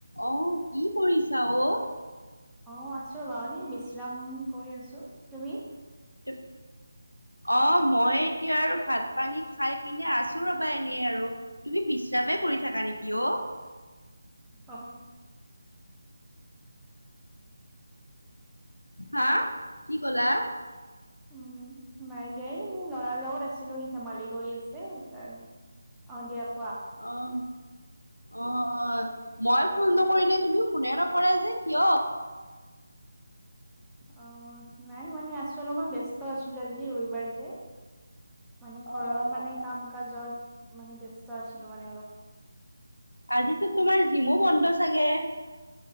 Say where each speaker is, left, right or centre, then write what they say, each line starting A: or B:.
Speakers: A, on the left; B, in the centre.
A: আহ, কি কৰিছা অ'?
B: অ', আছো ৰবা এনে বিশ্ৰাম কৰি আছো, তুমি?
A: ত অ', মই এতিয়া আৰু ভাত পানী খাই পিনে আছো ৰবা এনেই আৰু। তুমি বিশ্ৰাম এ কৰি থাকা নেকি অ'?
B: আহ।
A: হা, কি ক'লা?
B: উম, নাই দিয়া এই মোৰ ল'ৰাৰ লগত আছিলো, সি ধেমালি কৰি আছে সেইকাৰণে। অ' দিয়ক।
A: আহ। অ', অ', মই ফোন নকৰিলে তুমি ফোনে নকৰা যে, কিয়?
B: অ', নাই মানে আছো অলপমান ব্যস্ত আছিলো আজি ৰবিবাৰ যে। মানে ঘৰৰ
A: অ
B: মানে
A: অ
B: কাম কাজত মানে ব্যস্ত আছিলো মানে অলপ।
A: আজিতো তোমাৰ জিমো বন্ধ চাগে।